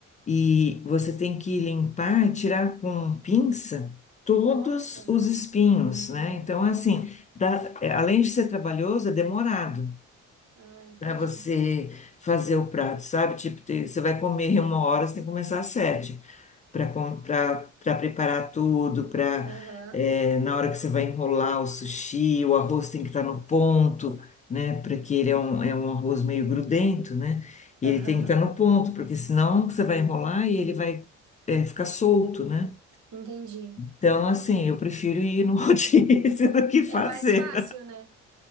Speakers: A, on the left; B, on the right.
A: E você tem que limpar, tirar com pinça todos
B: Nossa.
A: os espinhos, né? Então, assim, dá- é, além de ser trabalhoso, é demorado.
B: Ah, entendi.
A: Para você fazer o prato, sabe? Tipo, te- você vai comer uma hora, você tem que começar às sete para preparar tudo, para
B: Aham.
A: na hora que você vai enrolar o sushi, o arroz tem que estar no ponto, né? Porque ele é um, é um arroz meio grudento, né? E
B: Aham.
A: ele tem que estar no ponto, porque senão você vai enrolar e ele vai é, ficar solto, né?
B: Entendi.
A: Então, assim, eu prefiro ir no <laughs> rodízio do que fazer.
B: É mais fácil, né?